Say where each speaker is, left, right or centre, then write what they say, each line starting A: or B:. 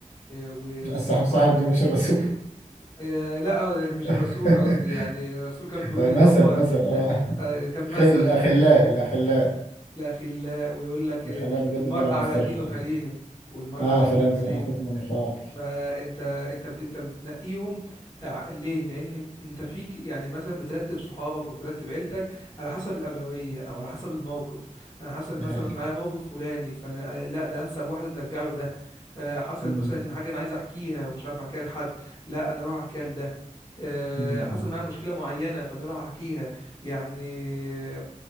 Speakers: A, on the left; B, on the left.
A: و...
B: لا،
A: والمرء
B: الصحاب صاحب دي مش الرسول
A: آه، لا آه، مش
B: <laughs>
A: الرسول قصدي يعني الرسول كان بيقول
B: مثل
A: اللي هو
B: مثل اه
A: آه، آه، كان
B: <laughs>
A: مثل
B: الأخلاء الأخلاء
A: لأخلاء ويقول لك
B: اللي
A: آه،
B: خلاه بالود
A: المرء
B: ما لم
A: على
B: يفترق
A: دينه خليله والمرء
B: اه
A: على
B: فلينظر
A: دينه خليل
B: احدكم من يخاف
A: فانت انت بت... انت بتنقيهم آه، ع- ليه لان انت فيك يعني مثلا بترتب صحابك وبترتب عيلتك على حسب الاولويه او على حسب الموقف انا حصل مثلا
B: دي حقيقة
A: معايا موقف فلاني فانا آه، لا ده انسب واحد ان ارجع له ده آه، حصل
B: مم.
A: مثلا ان حاجه انا عايز احكيها ومش عارف احكيها لحد لا انا اروح احكيها لده آه،
B: مم.
A: حصل معايا مشكله معينه فانا اروح احكيها يعني آه،